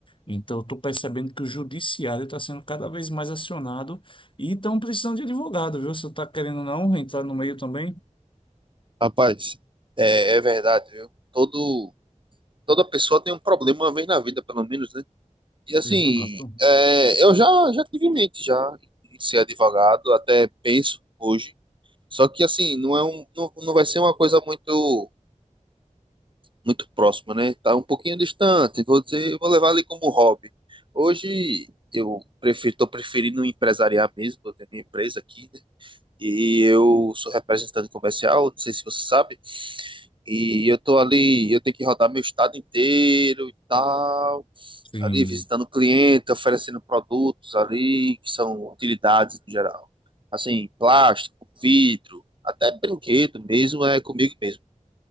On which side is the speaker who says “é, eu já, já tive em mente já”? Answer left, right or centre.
Right